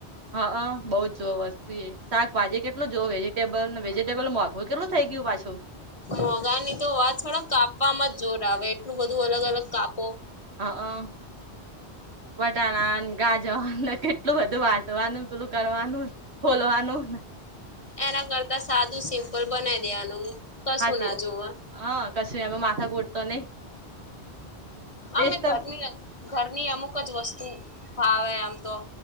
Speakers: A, on the right (about 75°); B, on the left (about 30°).
A: હ અ, બઉ જ જોવ વસ્તુ એ શાકભાજી કેટલું જોવે. વેજીિટેબલ ને વેજીિટેબલ મોઘું કેટલું થઈ ગયું પાછું.
B: મોંઘાની તો વાત છોડોને કાપવાવામાં જોર આવે એટલું બધું અલગ અલગ કાપો.
A: હ અ, વટાણા ને ગાજર ને કેટ લું બધું રાંધવાનું પહેલું કરવાનું, ફોલવાનું ન
B: એના કરતા સાદું સિમ્પલ બનાઈ દેવાનું. કશું
A: હાચી
B: ના
A: વાત,
B: જોવા
A: હ કશું એમાં માથા ખૂટ તો નહી. બેસ્ટ
B: અમે ઘરની અ ઘરની અમુક જ વસ્તુ ભાવે આમ તો.